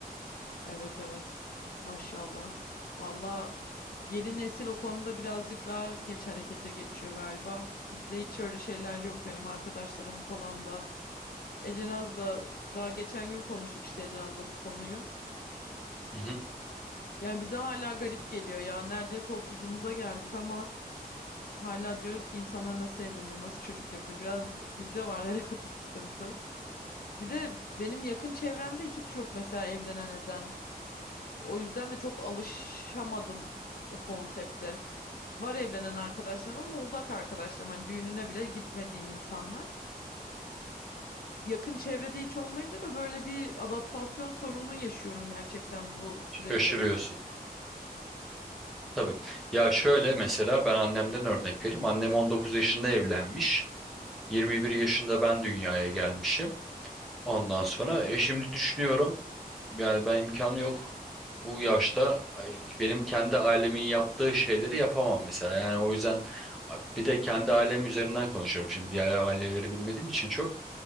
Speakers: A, on the left (about 70°); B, in the centre.
A: Evet evet. Maşallah. Valla yeni nesil o konuda birazcık daha geç harekete geçiyor galiba. Bizde hiç öyle şeyler yok benim arkadaşlarım falan da. Ecenaz'la daha geçen gün konuştuk işte Ecenaz'la bu konuyu.
B: Hı hı.
A: Yani bize hala garip geliyor ya. Neredeyse 30'umuza geldik ama hala diyoruz ki insanlar nasıl evleniyor, nasıl çocuk yapıyor. Biraz bizde var <laughs> herhalde sıkıntı. Bir de benim yakın çevremde hiç yok mesela evlenen eden. O yüzden de çok alışamadım o konsepte. Var evlenen arkadaşlarım ama uzak arkadaşlarım. Hani düğününe bile gitmediğim insanlar. Yakın çevrede hiç olmayınca da böyle bir adaptasyon sorunu yaşıyorum gerçekten bu sürece.
B: Şaşırıyorsun. Tabii. Ya şöyle mesela ben annemden örnek vereyim. Annem 19 yaşında evlenmiş. yirmi bir yaşında ben dünyaya gelmişim. Ondan sonra e, şimdi düşünüyorum yani ben imkanı yok. Bu yaşta ay, benim kendi ailemin yaptığı şeyleri yapamam mesela. Yani o yüzden a, bir de kendi ailem üzerinden konuşuyorum şimdi. Diğer aileleri bilmediğim için çok